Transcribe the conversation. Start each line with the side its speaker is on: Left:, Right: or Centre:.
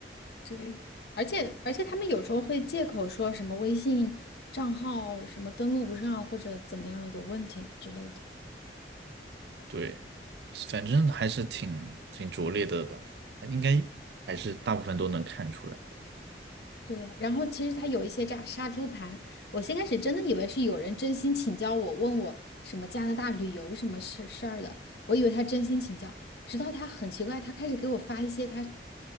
Left: 对，而且而且他们有时候会借口说什么微信账号什么登录不上或者怎么样有问题之类的。
Right: 对，反正还是挺挺拙劣的吧，还应该还是大部分都能看出来的。
Left: 对呀，然后其实他有一些炸杀猪盘，我先开始真的以为是有人真心请教我，问我什么加拿大旅游什么事事儿的，我以为他真心请教，直到他很奇怪，他开始给我发一些他